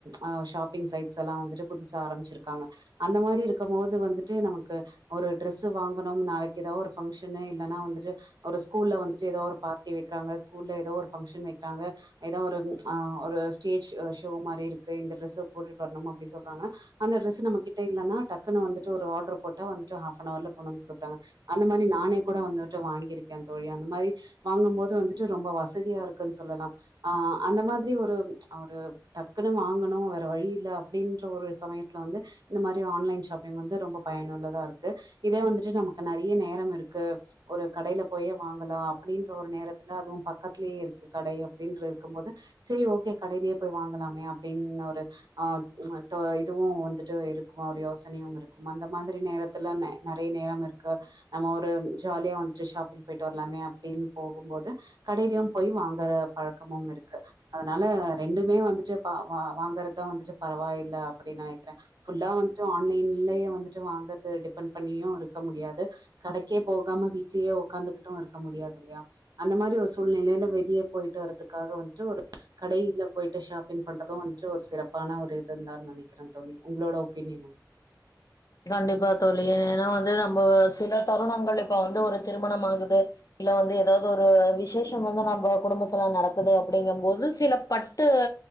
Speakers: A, on the right; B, on the left.
A: ஆ ஷாப்பிங் சைட்ஸ் எல்லா வந்துட்டு புதுசா ஆரமிச்சிருக்காங்க அந்த மாதிரி இருக்கும் போது வந்துட்டு நமக்கு ஒரு டிரெஸ்ஸு வாங்கணு நாளைக்கு ஏதாவது ஒரு ஃபங்ஷனு இல்லன்னா வந்துட்டு ஒரு ஸ்கூல்ல வந்துட்டு ஏதோ ஒரு பார்டி வைக்கிறாங்க ஸ்கூல்ல ஏதோ ஒரு ஃபங்ஷன் வைக்கிறாங்க ஏதோ ஒரு ஆ ஒரு ஸ்டேஜ் ஷோ மாதிரி இருக்கு இந்த டிரெஸ்ஸ போட்டுட்டு வரணும் அப்டின்னு சொல்றாங்கன்னா அந்த டிரெஸ் நம்மகிட்ட இல்லன்னா டக்குன்னு வந்துட்டு ஒரு ஆர்டர் போட்டா வந்துட்டு ஹாப் அன் ஹவர்ல கொண்ட ந்து குடுக்குறாங்க அந்த மாதிரி நானே கூட வந்துட்டு வாங்கியிருக்க தோழி அந்த மாதிரி வாங்கும்போது வந்துட்டு ரொம்ப வசதியா இருக்குன்னு சொல்லலா ஆஹ் அந்த மாதிரி ஒரு அ ஒரு டக்குனு வாங்கணு வேற வழி இல்ல அப்டின்ற ஒரு சமயத்துல வந்து இந்த மாரி ஆன்லைன் ஷாப்பிங் வந்து ரொம்ப பயனுள்ளதா இருக்கு இதே வந்துட்டு நமக்கு நெறைய நேரம் இருக்கு ஒரு கடைல போயே வாங்கலா அப்டின்ற ஒரு நேரத்துல அதுவு பக்கத்துலயே இருக்கு கடை அப்டின்ற இருக்கும் போது சேரி ஓகே கடைலயே போய் வாங்கலாமே அப்டின் ஒரு ஆ மத்த இதுவு வந்துட்டு இருக்கு ஒரு யோசனையும் இருக்கும் அந்த மாதிரி நேரத் த்துல நெ நெறைய நேரம் இருக்கு நம்ம ஒரு ஜாலியா வந்துட்டு ஷாப்பிங் போய்ட்டு வர்லாமே அப்டின் போகும்போது கடையிலயு போய் வாங்குற பழக்கமும் இருக்கு அதனால ரெண்டுமே வந்துட்டு ப வா வாங்கறதா வந்துட்டு பரவாயில்ல அப்டின் நெனைக்கிறே ஃபுல்லா வந்துட்டு ஆன்லைன்லயே வந்துட்டு வாங்கறத டிபெண்ட் பண்ணியு இருக் க்க முடியாது கடைக்கே போகாம வீட்லயே ஒக்காந்துகிட்டு இருக்க முடியாது இல்லையா அந்த மாரி ஒரு சூழ்நிலைல வெளிய போயிட்டு வரத்துக்காக வந்துட்டு ஒரு கடையில போயிட்டு ஷாப்பிங் பண்றது வந்துட்டு ஒரு சிறப்பான ஒரு இதுன்தா நெனைக்கிறே தோழி உங்களோட ஒப்பீனியன் என்ன
B: கண்டிப்பா தோழி ஏனா வந்து நம்ப சில தருணங்கள் இப்ப வந்து ஒரு திருமணம் ஆகுது இல்ல வந்து எதாவ்து ஒரு விசேஷ வந்து நம்ப குடும்பத்துல நடக்குது அப்டிங்கம் போது சில பட் டு